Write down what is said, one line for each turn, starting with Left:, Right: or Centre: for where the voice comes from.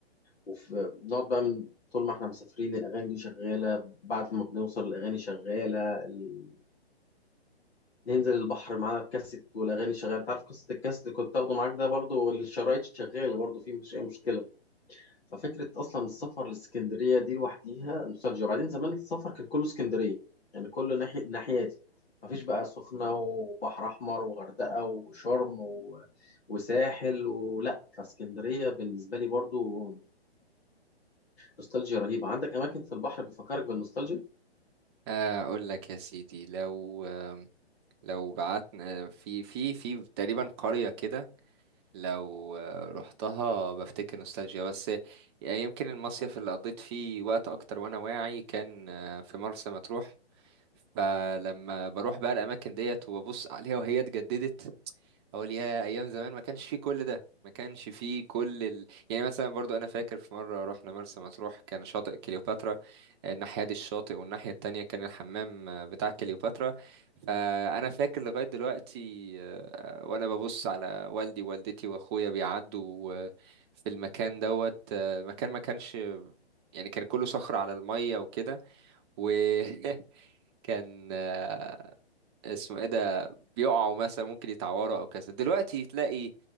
Left: وبنقعد بقى من طول ما احنا مسافرين الأغاني دي شغالة بعد ما بنوصل الأغاني شغالة ال... ننزل البحر معانا الكاسيت والأغاني شغالة انت عارف قصة الكاسيت اللي كنت تاخده معاك ده برضو الشرايط شغالة برضو فيه مفيش أي مشكلة ففكرة أصلا السفر لإسكندرية دي لوحديها نوستالجيا وبعدين زمان السفر كان كله إسكندرية يعني كله ناحية الناحية دي مفيش بقى سخنة وبحر أحمر وغردقة وشرم و... وساحل ولا فاسكندرية بالنسبة لي برضو نوستالجيا رهيبة عندك أماكن في البحر بتفكرك بالنوستالجيا؟
Right: آه، اقول لك يا سيدي لو آم، لو بعتنا في في في تقريبا قرية كده لو آه، رحتها بفتكر نوستالجيا بس يعني يمكن المصيف اللي قضيت فيه وقت اكتر وانا واعي كان آه، في مرسى مطروح فلما بروح بقى الاماكن ديت وببص عليها وهي اتجددت اقول يا ايام زمان ما كانش فيه كل ده ما كانش فيه كل ال... يعني مثلا برضو انا فاكر في مره رحنا مرسى مطروح كان شاطئ كليوباترا الناحيه دي الشاطئ والناحيه التانية كان الحمام آه، بتاع كليوباترا فانا فاكر لغايه دلوقتي آه، وانا ببص على والدي ووالدتي واخويا بيعدوا آه، في المكان دوت آه، مكان ما كانش يعني كان كله صخر على الميه وكده وكان <laughs> اسمه ايه ده بيقعوا مثلا ممكن يتعوروا او كذا دلوقتي تلاقي